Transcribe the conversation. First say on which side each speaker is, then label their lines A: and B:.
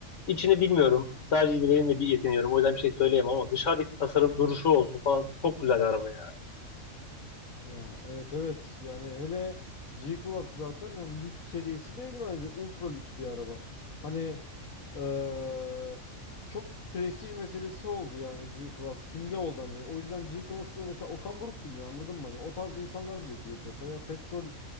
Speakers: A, on the left; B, on the left.
A: İçini bilmiyorum. Sadece izlediğimle bir yetiniyorum. O yüzden bir şey söyleyemem ama dışarıdaki tasarım duruşu olsun falan çok güzel araba ya.
B: Ya evet evet yani hele G-Class zaten hani lüks serisi değil bence ultra lüks bir araba. Hani eee, çok prestij meselesi oldu yani G-Class simge oldu hani o yüzden G-Class'ı mesela Okan Buruk biniyor anladın mı hani o tarz insanlar bile G-Class'a veya petrol